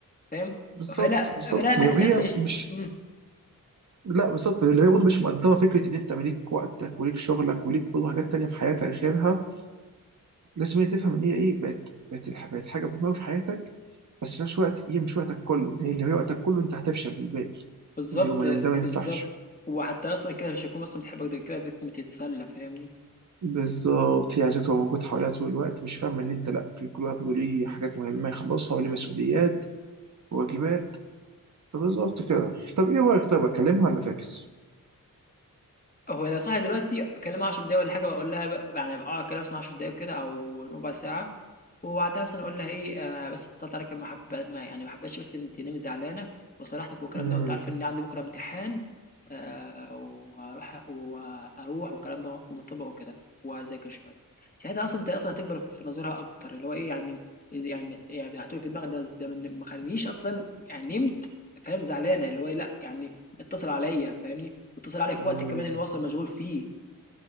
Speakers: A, on the left; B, on the right.
A: فاهم
B: بالظبط
A: فلا
B: بالظبط
A: فلا لا
B: ولو
A: لازم
B: هي
A: يشت...
B: مش
A: مم.
B: لا بالظبط اللي هي برضه مش مقدره فكره ان انت ليك وقتك وليك شغلك وليك برضه حاجات تانيه في حياتك غيرها لازم هي تفهم ان هي ايه بقت بقت الح- بقت حاجه مهمه في حياتك بس في نفس الوقت هي مش وقتك كله لان لو هي وقتك كله انت هتفشل في الباقي
A: بالظبط
B: ايوه، ما دام ده
A: بالظبط
B: ما ينفعش
A: وحتى اصلا كده مش هيكون اصلا بتحبك ده كده بتكون بتتسلى فاهمني
B: بالظبط هي عايزاك تبقى موجود حواليها طول الوقت مش فاهمه ان انت لا كل كل واحد برضه ليه حاجات مهمه يخلصها وليه مسؤوليات وواجبات فبالظبط كده طب ايه رايك طيب اكلمها ولا فاكس؟
A: هو لو صاحي دلوقتي اكلمها 10 دقايق ولا حاجه بقول لها بقى- يعني اه اكلمها مثلا 10 دقايق كده او ربع ساعه وبعدها مثلا اقول لها ايه انا بس اتصلت عليك ما حب ما يعني ما حبيتش بس انت نمي زعلانه وصالحتك والكلام
B: امم
A: ده وانت عارفه ان عندي بكره امتحان آه واروح واروح والكلام ده وهكون مطبق وكده وهذاكر شويه ساعتها اصلا انت اصلا هتكبر في نظرها اكتر اللي هو ايه يعني يعني يعني هتقول في دماغك ده ده من- ما خلينيش اصلا يعني نمت فاهم زعلانه اللي هو إيه، لا يعني اتصل عليا فاهمني واتصل عليا في
B: امم
A: وقت كمان ان هو اصلا مشغول فيه